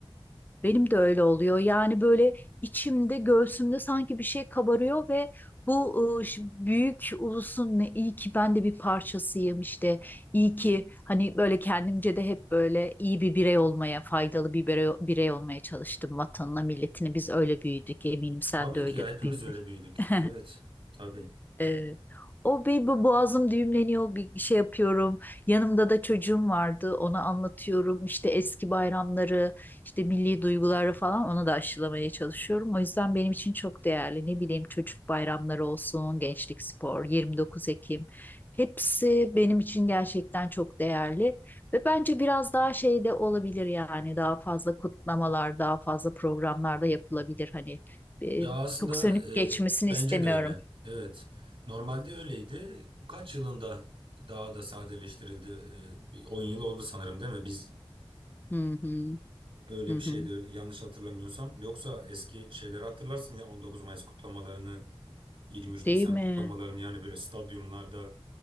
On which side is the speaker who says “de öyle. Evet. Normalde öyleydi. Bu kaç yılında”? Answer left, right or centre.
Right